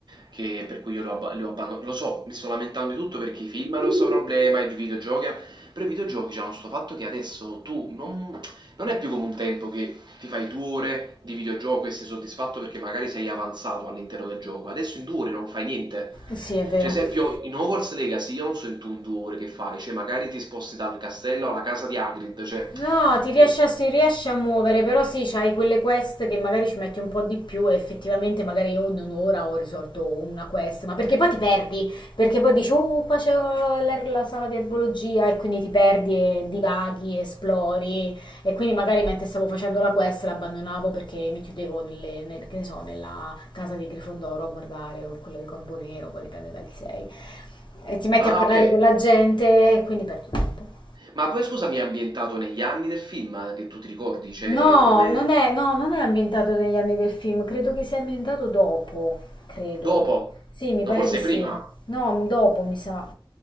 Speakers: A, on the right; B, on the left.
A: che per cui io lo, abba- lo abbandono, lo so, mi sto lamentando di tutto perché i film hanno questo problema, i videogiochi, hanno- però i videogiochi hanno questo fatto che adesso tu non, non è più come un tempo che ti fai due ore di videogioco e sei soddisfatto perché magari sei avanzato all'interno del gioco. Adesso in due ore non fai niente.
B: Sì, è vero.
A: Cioè, esempio, in Hogwarts Legacy io non so in tu in due ore che fai, cioè magari ti sposti dal castello alla casa di Hagrid, cioè
B: No, ti
A: che...
B: riesci a, si riesce a muovere, però sì, c'hai quelle quest che magari ci metti un po' di più e effettivamente magari io in un'ora ho risolto una quest, ma perché poi ti perdi, perché poi dici, oh, qua c'è eh, la, la sala di erbologia e quindi ti perdi e divaghi, esplori e quindi magari mentre stavo facendo la quest l'abbandonavo perché mi chiudevo nelle, nel- che ne so, nella casa di Grifondoro a guardare o quella di Corvo Nero, poi dipende da chi sei, e ti metti
A: Ah,
B: a parlare
A: ok.
B: con la gente e quindi perdi tempo.
A: Ma poi scusami, è ambientato negli anni del film eh, che tu ti ricordi, cioè
B: No,
A: come...
B: non è, no, non è ambientato negli anni del film, credo che sia ambientato dopo, credo.
A: Dopo?
B: Sì, mi
A: No,
B: pare
A: forse
B: di sì.
A: prima?
B: No, m- dopo mi sa.